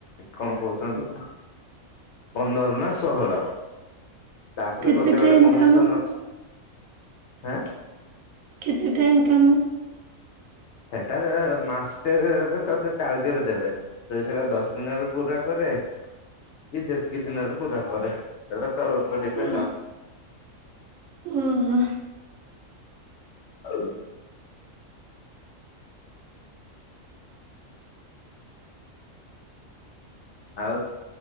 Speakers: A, on the left; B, on the right.
A: କଣ କହୁଛନ୍ତି ପନ୍ଦର ନା ଷୋହଳ। ତାପରେ
B: କେତେ
A: ଗୋଟେ
B: ଟାଇମ
A: ଗୋଟେ କମିଶନ
B: କାମ
A: ଅଛିଁ ହାଁ
B: କେତେ ଟାଇମ୍ କାମ?
A: ସେଟା ମାଷ୍ଟେ ରେ ତତେ ଟାର୍ଗେଟ ଦେବେ, ତୁଇ ସେଟା ଦଶ ଦିନ ର ପୁରା କରେ କି ଯେତିକି ଦିନ ରେ ପୁରା କରେ। ସେଟା ତ ଭପେ ଡିପେଣ୍ଡ
B: ଓ
A: ଆପ୍
B: ଓହୋ
A: ଆଉ। ଆଉ